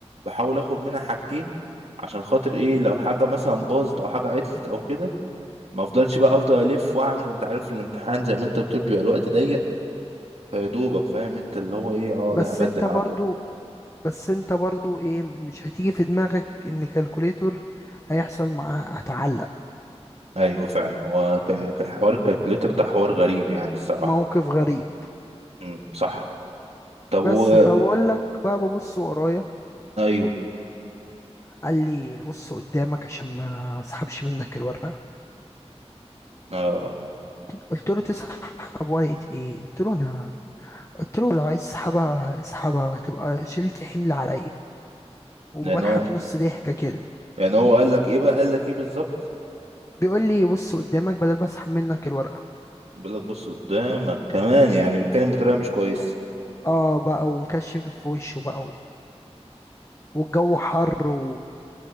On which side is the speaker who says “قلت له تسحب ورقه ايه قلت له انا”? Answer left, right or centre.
Left